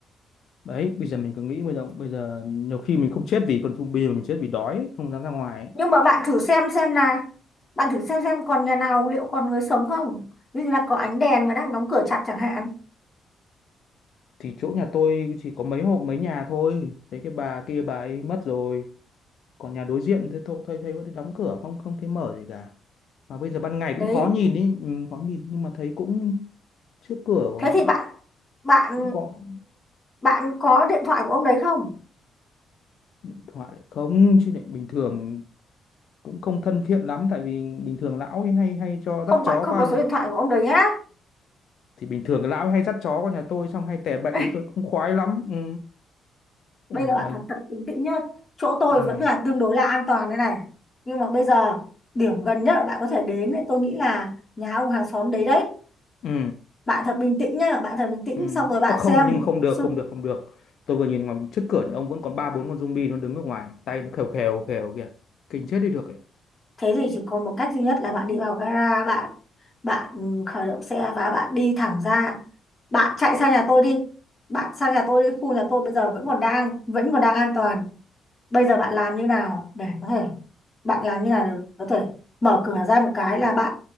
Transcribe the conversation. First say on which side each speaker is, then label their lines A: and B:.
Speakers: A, on the left; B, on the left.
A: đấy bây giờ mình cứ nghĩ bây giờ bây giờ nhiều khi mình không chết vì con bây giờ mình chết vì đói không dám ra ngoài ấy.
B: Nhưng mà bạn thử xem xem là bạn thử xem xem còn nhà nào liệu còn người sống không? Ví dụ như là có ánh đèn và đang đóng cửa chặt chẳng hạn.
A: thì chỗ nhà tôi chỉ có mấy hộp mấy nhà thôi thấy cái bà kia bà ấy mất rồi còn nhà đối diện thế tôi thấy thấy vẫn đóng cửa không không thấy mở gì cả mà bây giờ ban ngày
B: Đấy.
A: cũng khó nhìn ý ừ, khó nhìn nhưng mà thấy cũng trước cửa của
B: Thế thì bạn bạn
A: cũng có
B: bạn có điện thoại của ông đấy không?
A: điện thoại lại không chứ lại bình thường cũng không thân thiện lắm tại vì bình thường lão ấy hay hay cho
B: Không
A: dắt chó
B: bạn không
A: qua
B: có số điện thoại của ông đấy nhá.
A: thì bình thường cái lão ấy hay dắt chó qua nhà tôi xong hay tè bậy
B: <laughs>
A: thì tôi cũng khoái lắm ừ. ôi
B: Bây giờ
A: mà
B: bạn thật thật bình tĩnh nhá. Chỗ tôi
A: ừ.
B: vẫn là tương đối là an toàn đây này. Nhưng mà bây giờ điểm gần nhất là bạn có thể đến thì tôi nghĩ là nhà ông hàng xóm đấy đấy.
A: ừ
B: Bạn thật bình tĩnh nhá, bạn thật bình tĩnh
A: ừ
B: xong rồi bạn
A: Ô, không
B: xem
A: nhưng mà không được
B: sự
A: không được không được tôi vừa nhìn ngoài trước cửa nhà ông vẫn còn ba bốn con zombie nó đứng ở ngoài tay nó khều khều khều kìa kinh chết đi được ấy
B: thế thì chỉ có một cách duy nhất là bạn đi vào gara bạn bạn ừ, khởi động xe và bạn đi thẳng ra bạn chạy sang nhà tôi đi bạn sang nhà tôi đi khu nhà tôi bây giờ vẫn còn đang vẫn còn đang an toàn bây giờ bạn làm như nào để có thể bạn làm như nào để có thể mở cửa ra một cái là bạn